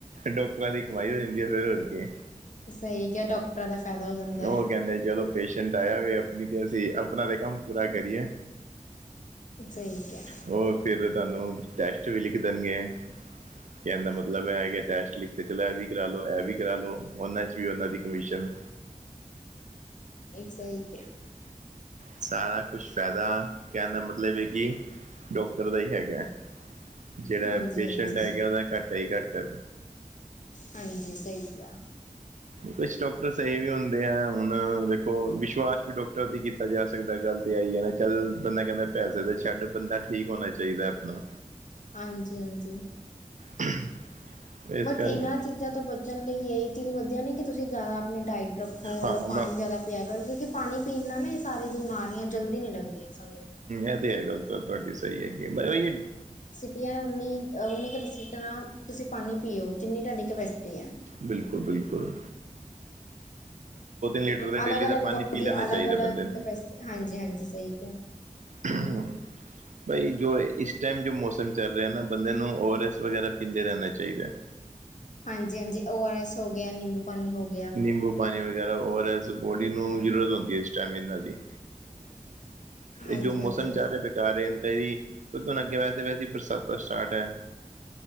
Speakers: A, on the right; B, on the left.
A: ਡਾਕਟਰਾਂ ਦੀ ਕਮਾਈ ਹੋ ਜਾਂਦੀ ਐ ਫਿਰ ਹੋਰ ਕੀ ਏ।
B: ਸਹੀ ਕਿਹਾ ਡਾਕਟਰਾਂ ਦਾ ਫਾਇਦਾ ਹੋ ਜਾਂਦਾ।
A: ਉਹ ਕਹਿੰਦੇ ਚਲੋ ਪੇਸ਼ੈਂਟ ਆਇਆ ਵੇ ਆਪਨੀ ਤੇ ਅਸੀਂ ਅਪਨਾ ਤੇ ਕੰਮ ਪੂਰਾ ਕਰੀਏ।
B: ਸਹੀ ਕਿਹਾ।
A: ਉਹ ਫਿਰ ਤੁਹਾਨੂੰ ਟੈਸਟ ਵੀ ਲਿਖ ਦੇਣਗੇ। ਕੈਣ ਦ ਮਤਲਬ ਐ ਹੈਗੈ ਟੈਸਟ ਲਿਖ ਤੇ ਚਲੋ ਇਹ ਵੀ ਕਰਾ ਲਓ ਇਹ ਵੀ ਕਰਾ ਲਓ ਉਹਨਾਂ 'ਚ ਵੀ ਉਹਨਾਂ ਦੀ ਕਮਿਸ਼ਨ।
B: ਇੱਕ ਸਹੀ ਕਿਆ।
A: ਸਾਰਾ ਕੁਛ ਫਾਇਦਾ ਕਹਿਣ ਦਾ ਮਤਲਬ ਏ ਕਿ ਡੋਕਟਰ ਦਾ ਹੀ ਹੈਗੈ ਜਿਹੜਾ
B: ਹਾਂਜੀ
A: ਪੇਸ਼ੈਂਟ
B: ਹਾਂਜੀ
A: ਹੈਗੈ ਉਹਦਾ ਘਾਟਾ ਈ ਘਾਟਾ।
B: ਹਾਂਜੀ ਸਹੀ ਕਿਆ।
A: ਕੁਛ ਡੋਕਟਰ ਸਹੀ ਵੀ ਹੁੰਦੇ ਐਂ ਹੁਣ ਦੇਖੋ ਵਿਸ਼ ਵਿਸ਼ਵਾਸ ਵੀ ਡੋਕਟਰ ਤੇ ਈ ਕੀਤਾ ਜਾ ਸਕਦਾ ਗੱਲ ਤੇ ਐ ਈ ਏ ਨਾ ਚੱਲ ਬੰਦਾ ਕਹਿੰਦਾ ਪੈਸੇ ਤੇ ਛੱਡ ਬੰਦਾ ਠ ਠੀਕ ਹੋਣਾ ਚਾਹੀਦਾ ਆਪਣਾ।
B: ਹਾਂਜੀ-ਹਾਂਜੀ।
A: <unintelligible>
B: ਬਟ
A: ਕਰਕੇ
B: ਇਹਨਾਂ ਚੀਜ਼ਾਂ ਤੋਂ ਬਚਣ ਲਈ ਇਹੀ ਚੀਜ਼ ਵਧੀਆ ਨੀ ਕਿ ਤੁਸੀਂ ਜ਼ਿਆਦਾ ਆਪਣੀ ਡਾਇਟ ਔਰ
A: ਹਾਂ
B: ਪਾਣੀ
A: ਮੈਂ
B: ਜ਼ਿਆਦਾ ਪੀਆ ਕਰੋ। ਕਿਉਂਕਿ' ਪਾਣੀ ਪੀਣ ਨਾਲ ਨਾ ਇਹ ਸਾਰੀ ਬਿਮਾਰੀਆਂ ਜਲਦੀ ਨੀ ਲੱਗਦੀਆਂ ਸਾਨੂੰ।
A: ਐ ਤੇ ਹੈ ਗੱਲ ਤੁਹਾਡੀ ਸਹੀ ਏ ਪਰ ਐਵੀਂ।
B: ਉ ਉਨੀ ਤੁਸੀਂ ਪਾਣੀ ਪੀਓ, ਜਿੰਨੀ ਤੁਹਾਡੀ ਕਪੈਸਿਟੀ ਹੈ।
A: ਬਿਲਕੁਲ-ਬਿਲਕੁਲ। ਲੀਟਰ
B: ਹੁਣ
A: ਦਾ ਡੇਲੀ
B: ਅਲਗ-ਅਲਗ
A: ਦਾ ਪਾਣੀ
B: ਬੰਦੇ
A: ਪੀ ਲੈਣਾ
B: ਦੀ
A: ਚਾਹੀਦਾ
B: ਅਲੱਗ- ਅਲੱਗ
A: ਬੰਦੇ
B: ਕ ਹਾਂਜੀ-ਹਾਂਜੀ ਸਹੀ ਕਿਹਾ।
A: ਨੂੰ ਬਈ ਜੋ ਇਸ ਟਾਈਮ ਜੋ ਮੌਸਮ ਚੱਲ ਰਿਹਾ ਨਾ ਬੰਦੇ ਨੂੰ ਓਰਸ ਵਗੈਰਾ ਪੀਂਦੇ ਰਹਿਣਾ ਚਾਹੀਦਾ ਹੈ।
B: ਹਾਂਜੀ-ਹਾਂਜੀ ਓ ਆਰ ਐਸ ਹੋ ਗਿਆ। ਨਿੰਬੂ ਪਾਣੀ ਹੋ ਗਿਆ।
A: ਨਿੰਬੂ ਪਾਣੀ ਵਗੈਰਾ ਔਰ ਬੋਡੀ ਨੂੰ ਜ਼ਰੂਰਤ ਹੁੰਦੀ ਹੈ। <unintelligible> ਜੇਵੇ ਇਨਦੀ।
B: ਹਾਂਜੀ-ਹਾਂਜੀ।
A: ਜੋ ਮੋਸਮ ਚਲ ਰਿਹਾ ਇਸ ਤਰਾ ਜਾ ਰਹੇ ਨ ਕੇ ਕਿਉਂਕਿ ਹੁਣ ਅੱਗੇ ਵੈਸੇ-ਵੈਸੇ ਬਰਸਾਤਾਂ ਸਟਾਰਟ ਹੈ।